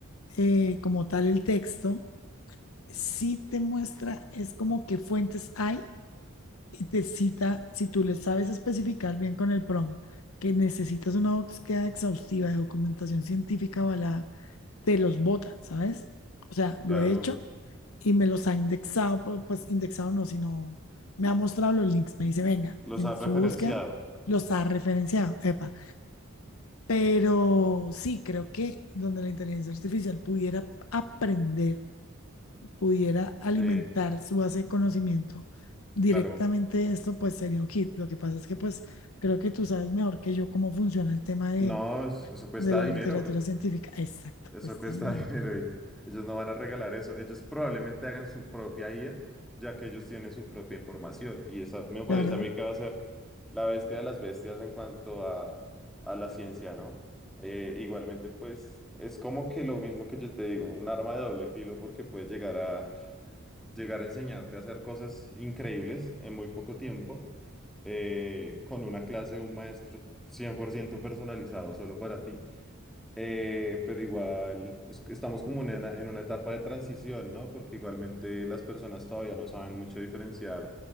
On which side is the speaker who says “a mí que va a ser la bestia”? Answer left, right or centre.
Centre